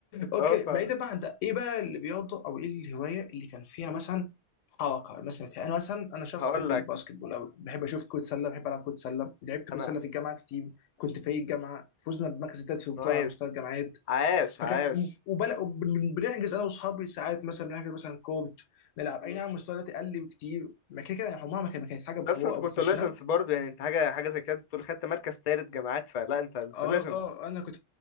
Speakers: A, on the left (about 85°); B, on the left (about 70°).
A: اوكي
B: <laughs> اه ف
A: بعيدا بقى عن ده ايه بقى الرياضه او ايه الهوايه اللي كان فيها مثلا حركه مثلا انا مثلا انا شخص
B: هقول
A: بحب
B: لك
A: الباسكت بول او بحب اشوف كره سله بحب العب كره سله لعبت
B: انا
A: كره سله في الجامعه كتير كنت فريق الجامعه فزنا بمركز الثالث في البطوله
B: نايس
A: على مستوى الجامعات
B: عاش عاش
A: فكان وبلا وبن- بنحجز انا واصحابي ساعات مثلا بنحجز مثلا كورت نلعب
B: مم.
A: اي نعم مستوى دلوقتي قل بكتير ما كده كده يعني عمرها ما كانت ما كانت حاجه
B: بس
A: برو
B: انت
A: او
B: كنت
A: بروفيشنال
B: ليجندز برضه يعني انت حاجه حاجه زي كده انت بتقول خدت مركز تالت جامعات فلا انت انت
A: اه
B: ليجندز
A: اه انا كنت